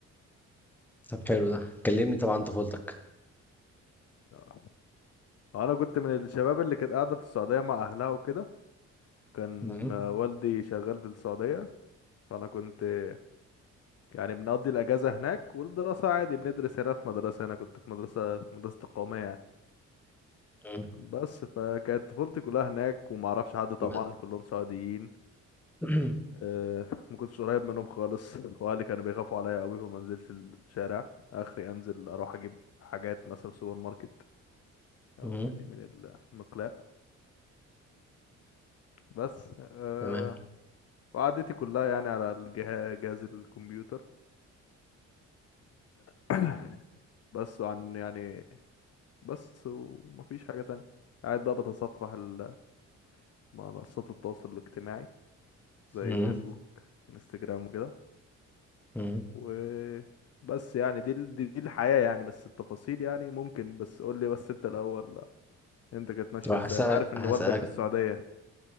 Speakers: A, in the centre; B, on the left.
A: طب حلو ده كلمني طبعا عن طفولتك
B: اهو انا كنت من الشباب اللي كانت قاعده في السعوديه مع اهلها وكده كان
A: مم.
B: آه، والدي شغال في السعوديه فانا كنت آه، يعني بنقضي الاجازه هناك والدراسه عادي بندرس هنا في مدرسه انا كنت في مدرسه في مدرسه القوميه يعني
A: مم.
B: بس فكانت طفولتي كلها هناك وما اعرفش حد طبعا
A: ب-
B: كلهم سعوديين
A: <clears throat>
B: آه، ما كنتش قريب منهم خالص <laughs> واهلي كانوا بيخافوا عليا قوي فما نزلتش الشارع اخري انزل اروح اجيب حاجات مثلا في السوبر ماركت او
A: مم.
B: يعني من المقلاة بس أه
A: تمام
B: وقعدتي كلها يعني على الجهاز جهاز الكمبيوتر <coughs> بس عن يعني بس ومفيش حاجة تانية قاعد بقى بتصفح ال- منصات التواصل الاجتماعي زي
A: مم.
B: فيسبوك انستجرام وكده
A: مم.
B: وبس يعني دي ال- دي دي الحياة يعني بس التفاصيل يعني ممكن بس قول لي بس انت الأول انت كانت ماشية
A: طب هسألك
B: ازاي انا عارف ان
A: هسألك
B: والدك في السعودية